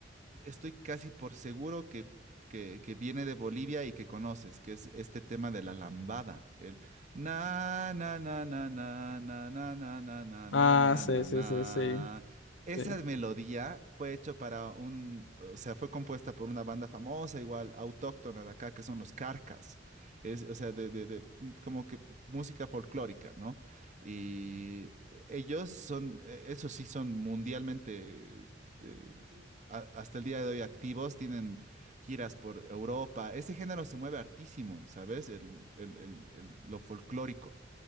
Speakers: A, on the right; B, on the left.
A: estoy casi por seguro que, que, que viene de Bolivia y que conoces, que es este tema de la lambada. El na na na na na na na na na na
B: Ah,
A: na na
B: sí,
A: na
B: sí,
A: na.
B: sí, sí,
A: Esa
B: sí.
A: melodía fue hecho para un, o sea, fue compuesta por una banda famosa, igual autóctona de acá, que son los Carcas. Es, o sea, de, de, de, mm, como que música folclórica, ¿no? Y ellos son, eh, eso sí, son mundialmente eh, a- hasta el día de hoy activos, tienen giras por Europa. Ese género se mueve hartísimo, ¿sabes? El, el- el- el- lo folclórico.